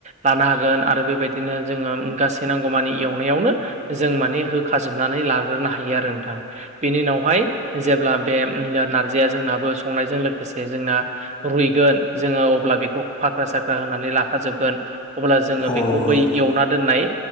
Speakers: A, on the right; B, on the left.
A: लानो हागोन आरो बेबायदिनो जोङो गासै नांगौ मानि एवनायावनो जों माने होखा जोबनानै लाग्रोनो हायो आरो नोंथां। बेनि उनावहाय जेब्ला बे नारजिया जोंनाबो संनायजों लोगोसे जोंना रुइगोन जोङो अब्ला बेखौ फाखा साखा होनानै लाखाजोबगोन। अब्ला जोङो
B: औ
A: बेखौ
B: नंगौ
A: बै
B: नोंथां
A: एवना दोननाय